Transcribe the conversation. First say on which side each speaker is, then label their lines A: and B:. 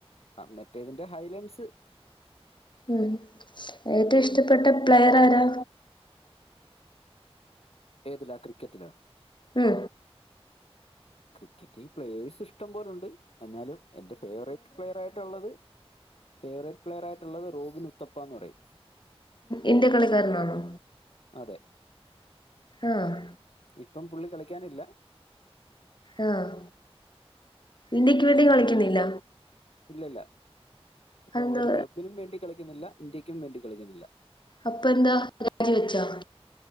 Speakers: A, on the left; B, on the left.
A: മറ്റേ ഇതിന്റെ ഹൈലൻസ്
B: ഉം
A: ഫുട്ബോളിന്റെ
B: ഏറ്റവും ഇഷ്ടപ്പെട്ട പ്ലെയർ ആരാ
A: ഏതിലാ ക്രിക്കറ്റിലോ
B: ഉം
A: ക്രിക്കറ്റ് ഈ പ്ലേയേഴ്സ് ഇഷ്ടം പോലെണ്ട് എന്നാലും എന്റെ ഫേവററ്റ് പ്ലെയയർ ആയിട്ടുള്ളത് ഫേവറേറ്റ് പ്ലെയർ ആയിട്ടുള്ളത് റോബിൻ ഉത്തപ്പ എന്ന് പറയും
B: ഇന്ത്യ കളിക്കാരനാണോ
A: അതെ
B: ആഹ്
A: ഇപ്പം പുള്ളി കളിക്കാനില്ല
B: ആഹ് ഇന്ത്യക്ക് വേണ്ടി കളിക്കുന്നില്ല
A: ഇല്ല ഇല്ല ഇപ്പൊ
B: അതെന്താ
A: ഒരു ക്ലബ്ബിനും വേണ്ടി കളിക്കുന്നില്ല ഇന്ത്യക്കും വേണ്ടി കളിക്കുന്നില്ല
B: അപ്പൊ എന്താ രാജിവെച്ചോ